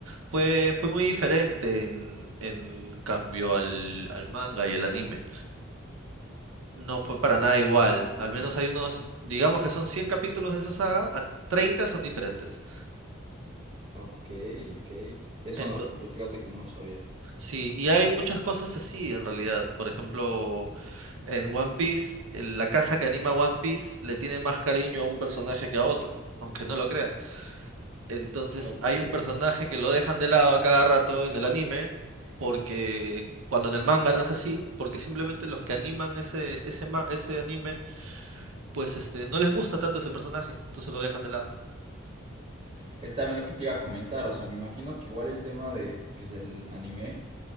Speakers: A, on the right; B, on the right.
A: Fue, fue muy diferente en, en cambio al, al manga y el anime. No fue para
B: Ok.
A: nada igual. Al menos hay unos, digamos que son 100 capítulos de esa saga, al- 30 son diferentes.
B: Ok, ok. Eso,
A: Ento-
B: no- fíjate que no lo sabía.
A: sí, y hay muchas cosas así en realidad. Por ejemplo, En One Piece, el- la casa que anima One Piece le tiene más cariño a un personaje que a otro, aunque no lo creas. Entonces,
B: Ok.
A: hay un personaje que lo dejan de lado a cada rato en el anime, porque cuando en el manga no es así, porque simplemente los que animan ese, ese, ma- ese anime, pues este, no les gusta tanto ese personaje, entonces lo dejan de lado.
B: Es también lo que te iba a comentar, o sea, me imagino que igual el tema de, pues, del anime